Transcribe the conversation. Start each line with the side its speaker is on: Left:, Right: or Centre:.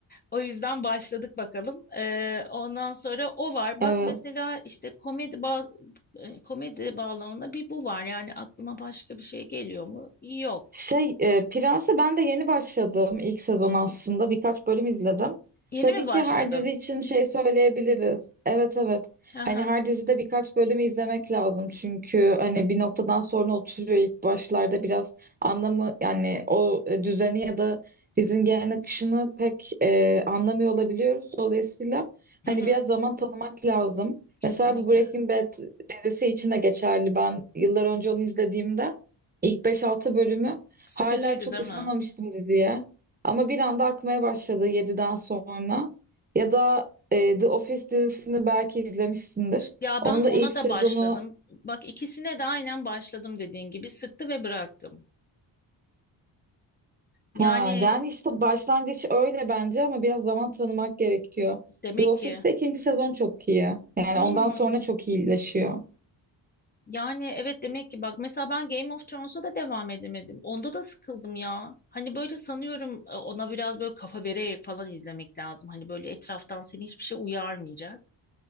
Left: O yüzden başladık bakalım. Ee, ondan sonra o var.
Right: Evet.
Left: Bak mesela işte komedi baz e, komedi bağlamında bir bu var. Yani aklıma başka bir şey geliyor mu? Yok.
Right: Şey, e, Prens'e ben de yeni başladım ilk sezon aslında. Birkaç bölüm izledim.
Left: Yeni
Right: Tabii
Left: mi
Right: ki
Left: başladın?
Right: her dizi için şey söyleyebiliriz. Evet evet.
Left: Aha.
Right: Hani her dizide birkaç bölümü izlemek lazım. Çünkü hani bir noktadan sonra oturuyor ilk başlarda biraz anlamı yani o e, düzeni ya da dizinin genel akışını pek e, anlamıyor olabiliyoruz. Dolayısıyla hani
Left: Hı hı.
Right: biraz zaman tanımak lazım.
Left: Kesinlikle.
Right: Mesela bu Breaking Bad dizisi için de geçerli. Ben yıllar önce onu izlediğimde ilk beş altı bölümü
Left: Sıkıcıydı
Right: Hala çok
Left: değil
Right: ısınamamıştım
Left: mi?
Right: diziye. Ama bir anda akmaya başladı yediden sonra. Ya da e, The Office dizisini belki izlemişsindir.
Left: Ya
Right: Onun
Left: ben ona
Right: da ilk sezonu
Left: da başladım. Bak ikisine de aynen başladım dediğin gibi sıktı ve bıraktım.
Right: ha
Left: Yani
Right: yani işte başlangıç öyle bence ama biraz zaman tanımak gerekiyor.
Left: demek
Right: The Office'te
Left: ki
Right: ikinci sezon çok iyi. Yani
Left: hmm.
Right: ondan sonra çok iyileşiyor.
Left: Yani evet demek ki bak mesela ben Game of Thrones'a da devam edemedim. Onda da sıkıldım ya. Hani böyle sanıyorum e, ona biraz böyle kafa vererek falan izlemek lazım. Hani böyle etraftan seni hiçbir şey uyarmayacak.